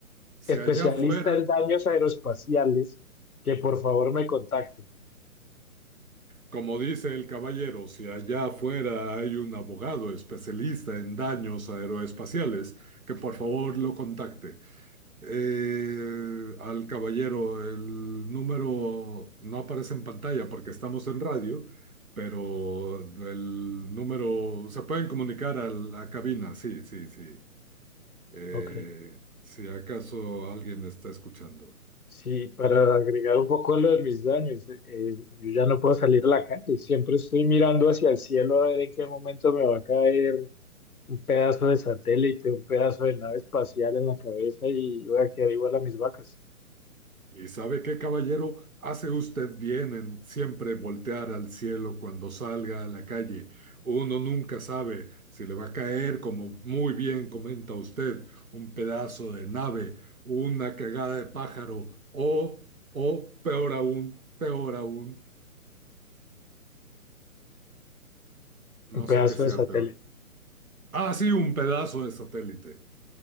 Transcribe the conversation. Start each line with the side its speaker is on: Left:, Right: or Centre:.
Right: si
Left: especialista
Right: allá afuera...
Left: en daños aeroespaciales, que por favor me contacte.
Right: Como dice el caballero, si allá afuera hay un abogado especialista en daños aeroespaciales, que por favor lo contacte. Eh, al caballero, el número no aparece en pantalla porque estamos en radio, pero el número se pueden comunicar a la cabina, sí, sí, sí. Eh,
Left: Ok.
Right: si acaso alguien está escuchando.
Left: Sí, para agregar un poco lo de mis daños, eh, yo ya no puedo salir a la calle, siempre estoy mirando hacia el cielo a ver en qué momento me va a caer un pedazo de satélite, un pedazo de nave espacial en la cabeza y voy a quedar igual a mis vacas,
Right: Y sabe qué, caballero, hace usted bien en siempre voltear al cielo cuando salga a la calle. Uno nunca sabe si le va a caer, como muy bien comenta usted, un pedazo de nave, una cagada de pájaro o, o peor aún, peor aún, no
Left: un pedazo
Right: sé qué sea
Left: de satélite.
Right: peor. Ah, sí, un pedazo de satélite.